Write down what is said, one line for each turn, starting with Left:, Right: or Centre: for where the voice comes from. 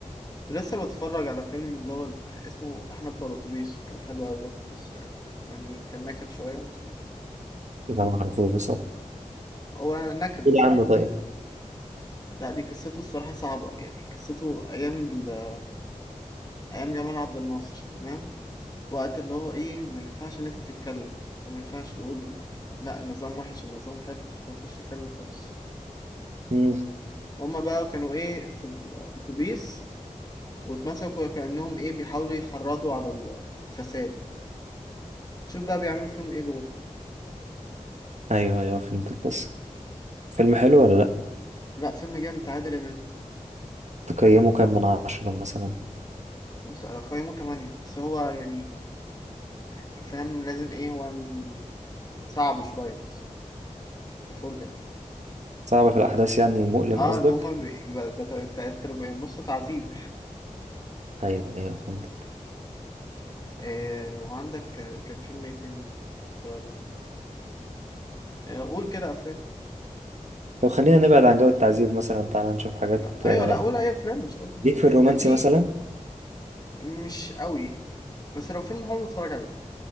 Left: كنت لسه بتفرج على فيلم اللي هو اسمه احنا بتوع الاتوبيس كان حلو قوي برضه بس يعني كان نكد شوية بس
Right: لا ما اعرفوش بصراحة
Left: هو نكد
Right: قول
Left: بس
Right: عنه
Left: حلو
Right: طيب
Left: لا دي قصته الصراحة صعبة يعني قصته أيام ال- أيام جمال عبد الناصر تمام وقت اللي هو ايه ما ينفعش ان انت تتكلم انت ما ينفعش تقول لا النظام وحش النظام حلو ما ينفعش تتكلم خالص
Right: مم.
Left: هما بقى كانوا ايه في الاتوبيس واتمسكوا كأنهم ايه بيحاولوا يحرضوا على الفساد شوف بقى بيعملوا فيهم ايه جوه
Right: ايوه ايوه فهمت القصة فيلم حلو ولا لا
Left: لا فيلم جامد بتاع عادل امام
Right: تقيمه كام من عشرة مثلا
Left: بص انا قيمه 8 بس هو يعني يعني فاهم لازم ايه هو ن- صعب شويه بس كفرجه يعني
Right: صعب في الاحداث يعني مؤلم
Left: اه
Right: قصدك
Left: ان هما بي- بيبقى ده تا- تا- تربع- يعني نصه تعذيب
Right: ايوه ايوه فهمت
Left: آه وعندك آه، كان فيلم ايه تاني اتفرج عليه آه، قول كده افلام
Right: لو خلينا نبعد عن جو التعذيب مثلا تعالى نشوف حاجات
Left: لا ايوه
Right: آه،
Left: لا قول اي افلام مش قصدي
Right: ليك في الرومانسي
Left: كان في
Right: مثلا
Left: مش قوي بس لو فيلم حلو اتفرج عليه